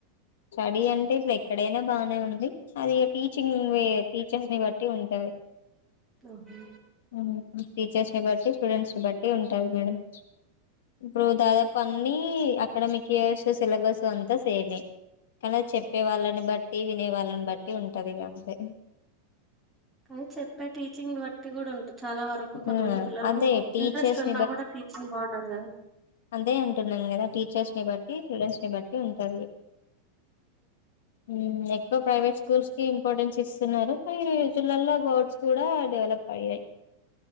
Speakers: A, on the left; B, in the centre.
A: స్టడీ అంటే ఇప్పుడు ఎక్కడైనా బానే ఉంది అదిఇగ టీచింగ్ వె టీచర్స్ ని బట్టి ఉంటది
B: ఓహో
A: హూ హమ్ టీచర్స్ ని బట్టి స్టూడెంట్స్ ని బట్టి ఉంటాది మేడం ఇప్పుడు దాదాపు అన్ని అకాడమిక్ ఇయర్స్ లో సిలబస్ అంతా సేమే కానీ చెప్పే వాళ్ళని బట్టి వినే వాళ్ళని బట్టి ఉంటది ఇగ అంతే
B: కానీ చెప్పే టీచింగ్ బట్టి కూడా ఉంటుది చాలా వర నాకు కొంతమంది
A: ఆ
B: పిల్లలు
A: అదే టీచర్స్
B: ఇంట్రెస్ట్ ఉన్నా కూడా టీచింగ్ బాగుండాలి కదా
A: అంతే అంటున్నాం గదా టీచర్స్ ని బట్టి స్టూడెంట్స్ ని బట్టి ఉంటది ఇగ ఉం ఎక్కువ ప్రైవేట్ స్కూల్స్ కి ఇంపార్టెన్స్ ఇస్తున్నారు కానీ ఈరోజులాల లో గోడ్ కూడా డెవలప్ అయ్యాయి